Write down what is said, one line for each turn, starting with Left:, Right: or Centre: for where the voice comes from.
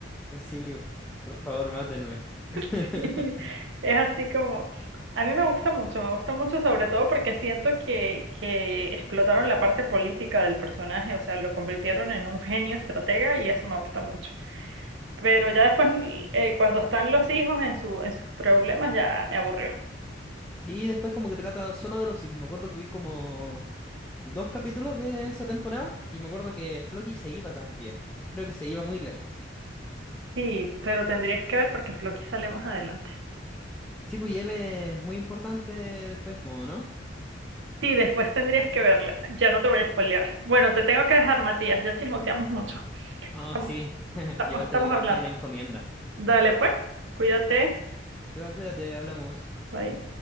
Centre: Sí, por favor, mátenme. <laughs>
Right: <laughs> sí, es así como, a mí me gusta mucho, me gusta mucho sobre todo porque siento que, que explotaron la parte política del personaje, o sea, lo convirtieron en un genio estratega y eso me gusta mucho. Pero ya después, eh, cuando están los hijos en su, en sus problemas, ya me aburrió.
Centre: Sí, después como que trata solo de los hijos. Me acuerdo que vi como dos capítulos de esa temporada y me acuerdo que Floki se iba también. Creo que se iba muy lejos.
Right: Sí, pero tendrías que ver porque Floki sale más adelante.
Centre: Sí, pues y él es muy importante después, po, ¿no?
Right: Sí, después tendrías que verla. Ya no te voy a spoilear. Bueno, te tengo que dejar, Matías. Ya chismoteamos mucho.
Centre: Oh,
Right: Estamos,
Centre: sí. <laughs>
Right: estamos
Centre: Yo igual
Right: estamos
Centre: tengo que ir
Right: hablando.
Centre: a buscar una encomienda.
Right: Dale, pues. Cuídate.
Centre: Te cuídate, hablamos.
Right: Bye.